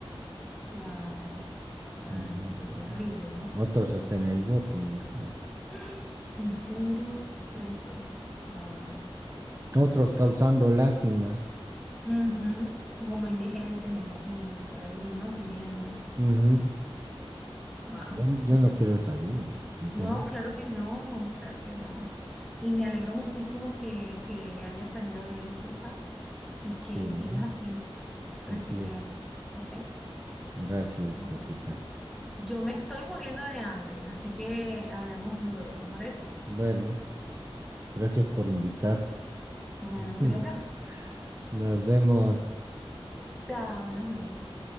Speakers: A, in the centre; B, on the right (about 30°).
A: Wow. <gasps> Ay,
B: ujú,
A: qué terrible, ¿no?
B: otros hasta en el bote, imagínate.
A: <gasps> ¿En serio? Presos. Wow. Ay,
B: Otros
A: no.
B: causando lástimas.
A: Ujú, Como indigentes, me imagino, por ahí, ¿no? Pidiendo.
B: ujú.
A: Wow,
B: Ya n-
A: qué
B: yo
A: terrible.
B: no quiero esa vida, ¿eh? no,
A: No,
B: no.
A: claro que no, claro que no. Y me alegro muchísimo que, que hayas salido de eso, ¿sabes? Y
B: Sí,
A: que sigas así, resiliente,
B: así es.
A: ¿ok?
B: Gracias,
A: Bueno,
B: cosita.
A: yo me estoy muriendo de hambre, así que hablemos luego, ¿te parece?
B: Bueno, gracias por invitar.
A: Bueno,
B: <laughs>
A: cuídate. <laughs>
B: Nos vemos.
A: Chao, nos vemos.